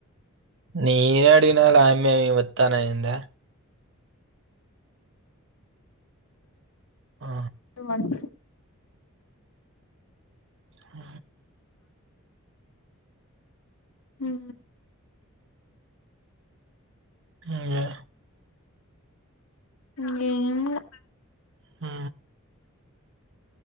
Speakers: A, on the right; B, on the left.
A: నేనే అడిగినలే ఆమె వద్దని అనిందా. ఆ
B: నువ్వు అను.
A: ఆ
B: ఉ
A: ఇంగే,
B: ఇంగేమ్లే.
A: ఆ